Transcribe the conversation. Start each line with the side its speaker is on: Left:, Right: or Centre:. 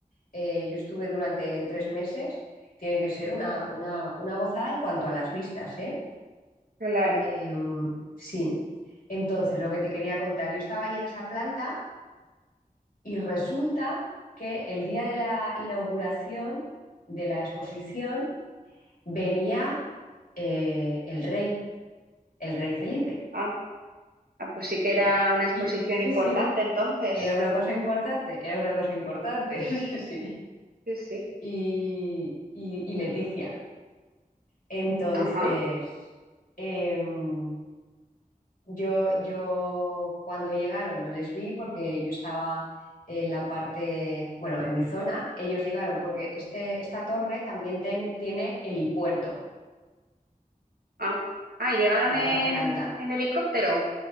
Left: eh, yo estuve durante tres meses, tiene que ser una, una, una gozada en cuanto a las vistas, ¿eh?
Right: Claro.
Left: Eh, Sí. Entonces, lo que te quería contar, yo estaba ahí en esa planta y resulta que el día de la inauguración de la exposición venía eh, el rey, el rey Felipe.
Right: Ah, ah, pues
Left: <laughs>
Right: sí que era una exposición
Left: Y sí,
Right: importante
Left: sí,
Right: entonces.
Left: era una cosa importante, era una cosa importante, <laughs> sí, sí.
Right: Sí, sí.
Left: Y, y- y Leticia. Entonces,
Right: Ajá.
Left: em, yo, yo cuando llegaron no les vi porque yo estaba en la parte, bueno, en mi zona, ellos llegaron porque este, esta torre también ten- tiene helipuerto
Right: Ah, ah, llegaron
Left: en la
Right: en,
Left: parte alta.
Right: en helicóptero